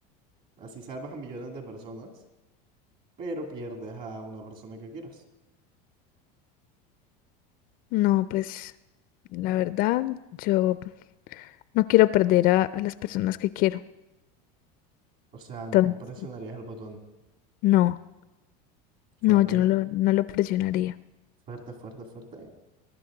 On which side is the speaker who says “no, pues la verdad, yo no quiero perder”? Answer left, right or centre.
Left